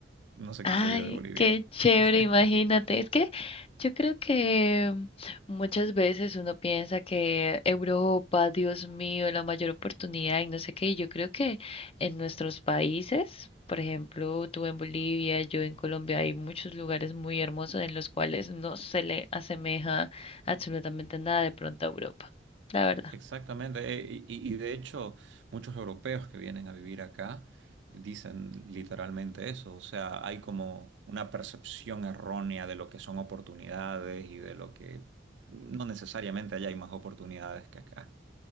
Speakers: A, on the right; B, on the left.
A: no se
B: Ay,
A: quiso ir de Bolivia.
B: qué chévere,
A: <laughs>
B: imagínate. Es que yo creo que muchas veces uno piensa que Europa, Dios mío, la mayor oportunidad y no sé qué. Y yo creo que en nuestros países, por ejemplo, tú en Bolivia, yo en Colombia, hay muchos lugares muy hermosos en los cuales no se le asemeja absolutamente nada de pronto a Europa. La verdad.
A: Exactamente, eh, y, y- y de hecho muchos europeos que vienen a vivir acá dicen literalmente eso, o sea, hay como una percepción errónea de lo que son oportunidades y de lo que no necesariamente allá hay más oportunidades que acá,